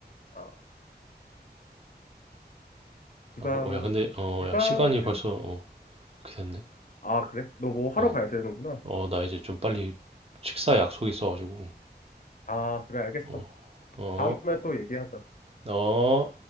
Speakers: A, on the left; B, on the right.
A: 아, 지방,
B: 아, 어, 야, 근데 어,
A: 지방은
B: 야, 시간이 벌써 어, 이렇게 됐네.
A: 아, 그래? 너 뭐 하러
B: 어,
A: 가야 되는구나.
B: 어, 나 이제 좀 빨리 식사 약속 있어가지고.
A: 아, 그래, 알겠어.
B: 어, 어,
A: 다음에 또 얘기하자.
B: 어.